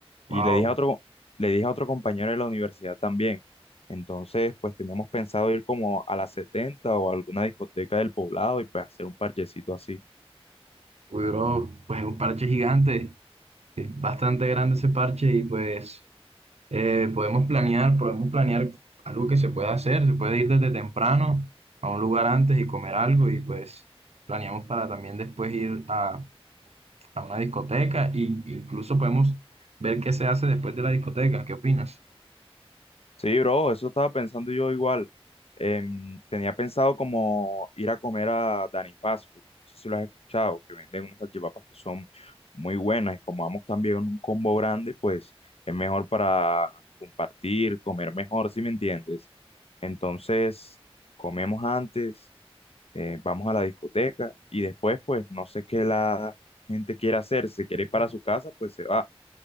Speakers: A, on the left; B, on the right.
A: Y
B: Wow,
A: le dije a otro, le dije a otro compañero de la universidad también. Entonces, pues tenemos pensado ir como a la 70 o a alguna discoteca del poblado y pues hacer un parchecito así.
B: uy, bro, pues un parche gigante. Sí, Bastante grande ese parche y pues eh, podemos planear, podemos planear algo que se pueda hacer, se puede ir desde temprano a un lugar antes y comer algo y pues planeamos para también después ir a, a una discoteca e incluso podemos ver qué se hace después de la discoteca, ¿qué opinas?
A: Sí, bro, eso estaba pensando yo igual. Em, tenía pensado como ir a comer a Danny Fast Food. No sé si lo has escuchado, que venden unas salchipapas que son muy buenas. Y como vamos también en un combo grande, pues es mejor para compartir, comer mejor, si me entiendes. Entonces, comemos antes, eh, vamos a la discoteca y después, pues no sé qué la gente quiere hacer. Si quiere ir para su casa, pues se va.